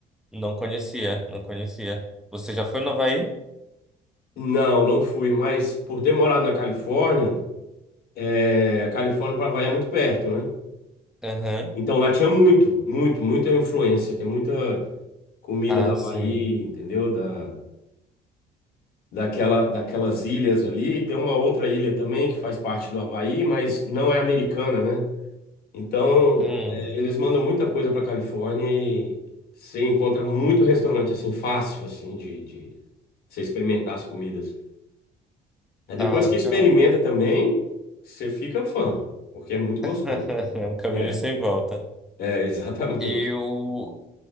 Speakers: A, in the centre; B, on the left (about 65°).
A: Não conhecia, não conhecia. Você já foi no Havaí?
B: Não, não fui, mas por ter morado na Califórnia, é, Califórnia para Havaí é muito perto, né?
A: Aham.
B: Então lá tinha muito, muito, muita influência. Tem muita comida
A: Ah,
B: do Havaí,
A: sim.
B: entendeu? Da, daquela, daquelas ilhas ali. Tem uma outra ilha também que faz parte do Havaí, mas não é americana, né? Então,
A: Hum,
B: é, eles mandam muita coisa para Califórnia e você encontra muito restaurante, assim, fácil, assim, de, de você experimentar as comidas. Aí depois
A: ah,
B: que
A: legal.
B: experimenta também, você fica fã, porque é muito gostoso.
A: <laughs> É um caminho
B: É,
A: sem volta.
B: é, <laughs> exatamente.
A: Eu,